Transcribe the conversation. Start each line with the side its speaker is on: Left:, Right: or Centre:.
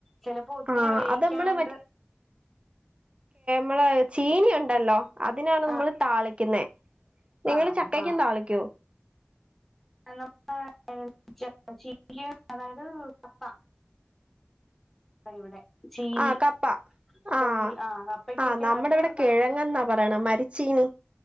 Centre: ചിലപ്പോ ഒത്തിരി
Right: ആഹ്
Centre: വേവിക്കാണ്ട്
Right: അത് നമ്മള് നമ്മള ചീന ഉണ്ടല്ലോ അതിനാണ് നമ്മള്
Centre: ആഹ്
Right: താളി ക്ക്ന്നെ നിങ്ങള്
Centre: ആഹ്
Right: ചക്കയ്ക്കും
Centre: ആഹ്
Right: താളിക്കോ
Centre: <unintelligible> അതായത് കപ്പ അ ഇവിടെ ചീനി
Right: ആ കപ്പ ആ
Centre: കൊള്ളി ആഹ് കപ്പയ്ക്കൊക്കെ
Right: ആ നമ്മടെ
Centre: അത്
Right: ഇവിടെ
Centre: ക
Right: കിഴങ്ങെന്നാ പറയണ മ രച്ചീനി